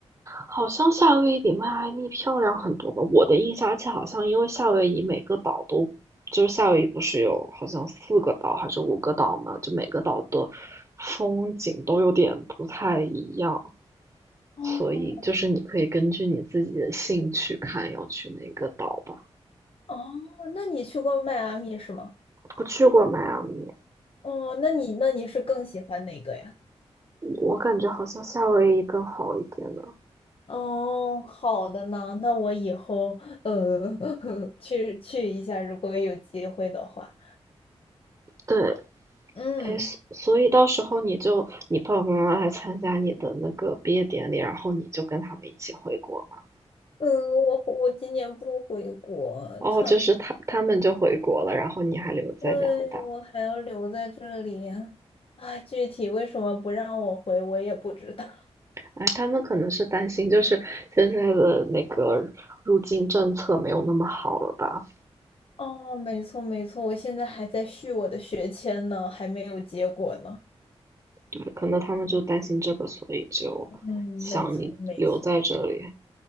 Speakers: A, on the right; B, on the left.
A: 好像夏威夷比迈阿密漂亮很多吧？我的印象，而且好像因为夏威夷每个岛都，就是夏威夷不是有好像四个岛还是五个岛嘛，就每个岛的风景都有点不太一样。
B: 哦，
A: 所以就是你可以根据你自己的兴趣看要去哪个岛吧。
B: 哦，那你去过迈阿密是吗？
A: 我去过迈阿密，
B: 哦，那你那你是更喜欢哪个呀？
A: 我感觉好像夏威夷更好一点呢。
B: 哦，好的呢，那我以后呃 <laughs> 去去一下，如果有机会的话。
A: 对，
B: 嗯
A: 哎，所所以到时候你就你爸爸妈妈来参加你的那个毕业典礼，然后你就跟他们一起回国嘛。
B: 嗯，我我今年不回国，
A: 哦，
B: 他
A: 就是他他们就回国了，然后你还留在加拿大。
B: 对我还要留在这里。啊，具体为什么不让我回，我也不知道。
A: 哎，他们可能是担心，就是现在的那个入境政策没有那么好了吧，
B: 哦，没错没错，我现在还在续我的学签呢，还没有结果呢。
A: 对，可能他们就担心这个，所以就想你留在这里。
B: 嗯，没错没错。